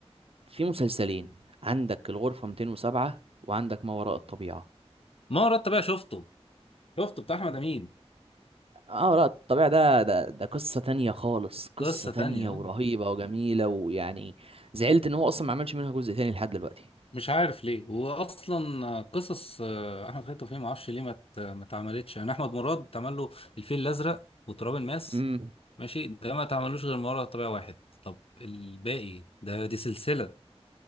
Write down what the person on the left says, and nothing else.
ما رحت بقى شفته شفته بتاع احمد امين
قصة تانية
آه.
مش عارف ليه واصلا قصص آه، احمد خالد توفيق ما اعرفش ليه ما ت- ما اتعملتش يعني احمد مراد اتعمل له الفيل الازرق وتراب الماس
ماشي ده ما تعملوش غير مرة طبيعي واحد طب الباقي ده دي سلسلة